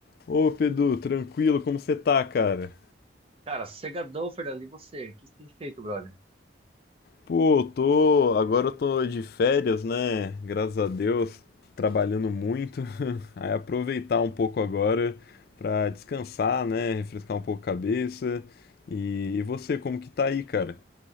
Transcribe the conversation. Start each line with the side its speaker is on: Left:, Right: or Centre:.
Left: Ô, Pedro, tranquilo, como você tá, cara?
Right: Cara, cegadão, Fernando. E você? O que você tem feito, brother?
Left: Pô, eu tô. Agora eu tô de férias, né? Graças a Deus, trabalhando muito. <laughs> Aí aproveitar um pouco agora pra descansar, né? Refrescar um pouco a cabeça. E, e você, como que tá aí, cara?